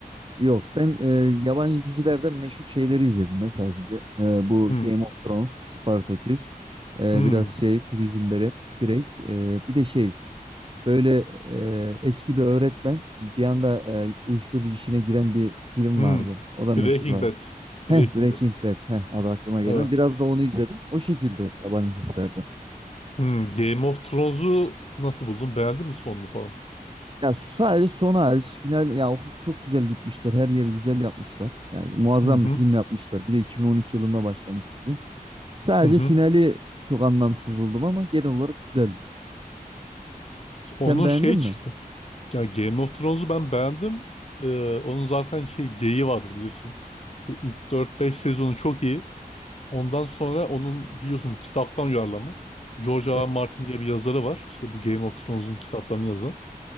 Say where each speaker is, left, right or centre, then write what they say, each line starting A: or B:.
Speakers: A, on the right; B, on the left.
A: Yok ben e, yabancı dizilerden meşhur şeyleri izledim ya sadece. E, bu
B: Hı.
A: Game of Thrones, Spartacus, e,
B: Hı.
A: biraz şey Prison Break, Break, e, bir de şey böyle e, eski bir öğretmen bir anda e, uyuşturucu işine giren bir film
B: Hmm.
A: vardı. O da
B: Breaking
A: meşhurlar.
B: Bad. Breaking
A: Heh Breaking
B: Bad.
A: Bad. Heh adı aklıma
B: Evet.
A: gelmedi. Biraz da onu izledim. O şekilde yabancı dizilerde.
B: Hmm. Game of Thrones'u nasıl buldun? Beğendin mi sonunu falan?
A: Ya sadece son hariç final ya o çok güzel gitmişler. Her yeri güzel yapmışlar. Yani muazzam
B: Hı hı.
A: bir film yapmışlar. Bir de 2012 yılında başlamış. Sadece
B: Hı hı.
A: finali çok anlamsız buldum ama genel olarak güzeldi.
B: Onun
A: Sen beğendin
B: şey
A: mi?
B: çıktı. Yani Game of Thrones'u ben beğendim. Ee, onun zaten şey geyiği vardır bilirsin. Bu ilk dört beş sezonu çok iyi. Ondan sonra onun biliyorsun kitaptan uyarlama. George R.
A: Evet.
B: R. Martin diye bir yazarı var. İşte bu Game of Thrones'un kitaplarını yazan.